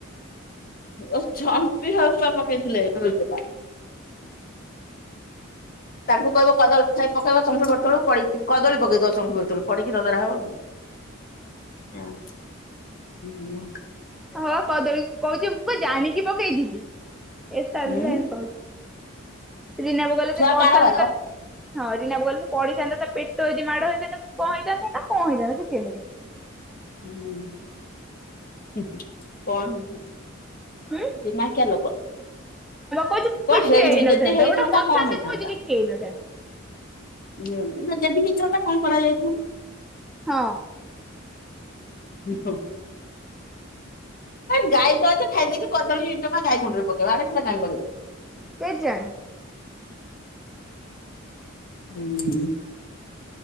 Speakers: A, on the left (about 40°); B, in the centre.
A: ଓ ଚମ୍ପି ହଉପା ପକେଇଥିଲେ। <unintelligible> ତାଙ୍କୁ କହିବ କଦଳୀ ଖାଇକି ପକେଇବ ତମଠୁ ଗୋଡ ତଳକୁ ପଡ଼ି। କଦଳୀ ପକେଇ ଦବ ଚମ୍ପି ଗୋଡ଼ ତଳ କୁ ପଡିକି ଦଦରା ହବ ଆଉ। ଉଁ ଉଁ ମୋ।
B: ହଁ କଦଳୀକୁ କଉଚି ମୁଁ ଜାଣିକି ପକେଇଥିଲି ଏଶା
A: ଉଁ
B: ଏ କହୁଚି। ରିନା ବୋଉ କଇଲେ
A: ଛୁଆ
B: ସେ ପଢିଥାନ୍ତା
A: କାରବାର
B: ତା ହଁ ରିନା ବୋଉ କଇଲେ ସେ ପଢିଥାନ୍ତା ତା। ପେଟ ଅଦି ମାଡ ହେଇଥାନ୍ତା କଣ ହେଇଥାନ୍ତା ନା କଣ ହେଇଥାନ୍ତା କିଛି ହେଇ ନଥାନ୍ତା
A: ହୁଁ କଣ ହେଇ।
B: ହୁ
A: ଦିମାକିଆ ଲୋକ।
B: କହୁଛି
A: କ
B: କିଛି
A: ହେଇନି
B: ହେଇନଥାନ୍ତା
A: ଯଦି ହେଇଥାନ୍ତା
B: ଗୋଟେ କଥା
A: କଣ
B: ସେ
A: ହେଇଥାନ୍ତା?
B: କହୁଛି କିଛି ହେଇନଥାନ୍ତା
A: ହୁଁ ନା ଯଦି ହେଇଥାନ୍ତା କଣ କରାଯାଇଥାନ୍ତା?
B: ହଁ।
A: ହଁ। ଗାଈ ତ ଅଛ ଖାଇଦେଇକି କଦଳିଚୋପା ଗାଈ କୁଣ୍ଡରେ ପକେଇବ ଆଡେସାଡେ କାଇଁ ପକେଇବ।
B: କେଜାଣି।
A: ହୁଁ।